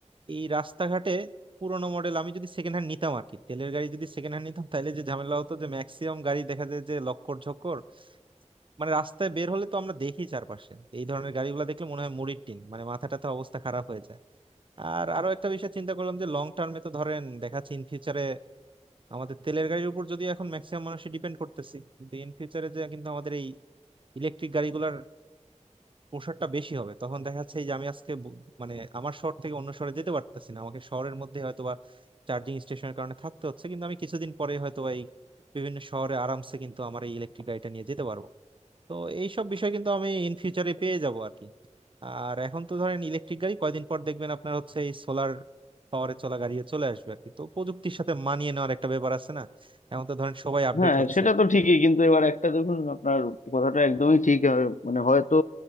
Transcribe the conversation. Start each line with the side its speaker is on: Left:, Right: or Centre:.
Right: এই রাস্তাঘাটে পুরোনো মডেল আমি যদি সেকেন্ড হ্যান্ড নিতাম আর কি তেলের গাড়ি যদি সেকেন্ড হ্যান্ড নিতাম তাহলে যে ঝামেলা হতো যে ম্যাক্সিমাম গাড়ি দেখা যায় যে লক্কর ঝক্কর মানে রাস্তায় বের হলে তো আমরা দেখি চারপাশে এই ধরনের গাড়িগুলো দেখলে মনে হয় মুড়ির টিন মানে মাথাটাতে অবস্থা খারাপ হয়ে যায় আর আরো একটা বিষয় চিন্তা করলাম যে লং টার্মে তো ধরেন দেখা যাচ্ছে ইন ফিউচারে আমাদের তেলের গাড়ির উপর যদি এখন ম্যাক্সিমাম মানুষ ডিপেন্ড করতেছি কিন্তু ইন ফিউচারে যে কিন্তু আমাদের এই ইলেকট্রিক গাড়িগুলোর প্রসারটা বেশি হবে তখন দেখা যাচ্ছে এই যে আমি আজকে ব- মানে আমার শহর থেকে অন্য শহরে যেতে পারতেছি না আমাকে শহরের মধ্যে হয়তোবা চার্জিং স্টেশনের কারণে থাকতে হচ্ছে কিন্তু আমি কিছুদিন পরে হয়তোবা এই বিভিন্ন শহরে আরামসে কিন্তু আমার এই ইলেকট্রিক গাড়িটা নিয়ে যেতে পারবো তো এইসব বিষয় কিন্তু আমি ইন ফিউচারে পেয়ে যাব আর কি আর এখন তো ধরেন ইলেকট্রিক গাড়ি কয়দিন পর দেখবেন আপনার হচ্ছে এই সোলার পাওয়ারে চলা গাড়িও চলে আসবে আর কি তো প্রযুক্তির সাথে মানিয়ে নেওয়ার একটা ব্যাপার আছে না এখন তো ধরেন সবাই আপডেট
Left: হ্যাঁ
Right: হচ্ছে
Left: সেটা তো ঠিকই কিন্তু এবার একটা দেখুন আপনার কথাটা একদমই ঠিক আর মানে হয়তো